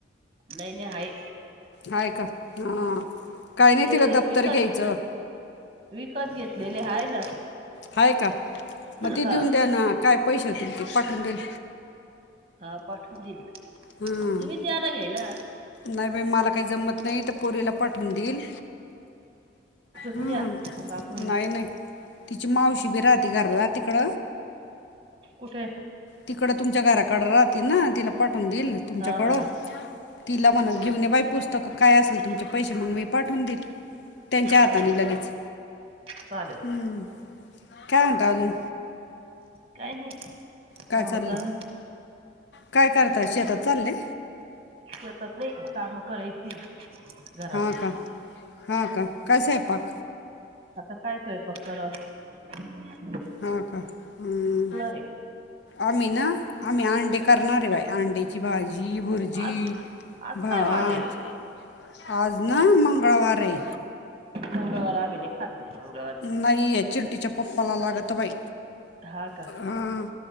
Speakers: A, on the right (about 30°); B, on the left (about 70°).
A: नाही नाही आहे.
B: आहे का? हा काही नाही
A: ते
B: तिला दप्तर
A: विकत
B: घ्यायच.
A: विकत घेतलेले हाय ना
B: आहे का? मग ते
A: हा
B: देऊन द्या ना. काय पैसे होतील ते पाठवून देईल.
A: हा पाठवून देईल.
B: हम.
A: तुम्हीच या ना घ्यायला
B: नाही बाई, मला काही जमत नाही त्या पोरीला पाठवून देईल.
A: तुम्ही
B: हम्म.
A: या मग आपण
B: नाही -नाही, तिची मावशी बी राहते घराला तिकड.
A: कुठे?
B: तिकड तुमच्या घराकड राहती ना, तिला पाठवून देईल ना
A: हा
B: तुमच्याकड.
A: हा
B: तिला म्हणत घेऊन बाई पुस्तक. काय असेल तुमचे पैसे मग, मी पाठवून दिईल. त्यांच्या हाताने
A: बरं
B: लगेच.
A: चालेल
B: हम्म. काय म्हणता अजून?
A: काय नाही
B: काय
A: काम
B: चाललं
A: चालू.
B: काय करताय? शेतात चाललय?
A: शेतात नाही काम करायची घरातले.
B: हा का? हा का? काय स्वयंपाक
A: आता काय स्वयंपाक कराव <unintelligible>
B: हा का. हम,
A: आहे?
B: आम्ही ना आम्ही अंडे कर णार आहे बाय. अंड्याची भाजी, भुर्जी,
A: आज आज काय
B: भात
A: वार आहे
B: आज ना मंगळवार आहे.
A: मंगळवार आम्ही नाही खात बई मंगळवारच.
B: नाही आहे चिंटीच्या पप्पाला लागत बाई
A: हा का
B: हां